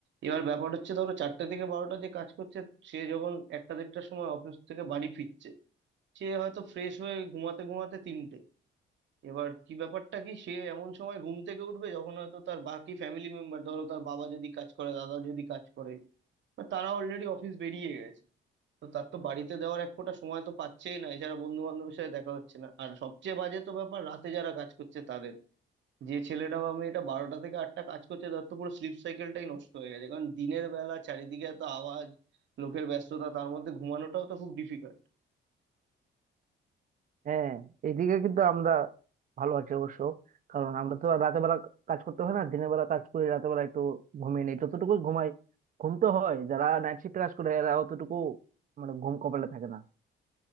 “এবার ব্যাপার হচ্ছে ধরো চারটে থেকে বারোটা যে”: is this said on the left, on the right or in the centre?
Right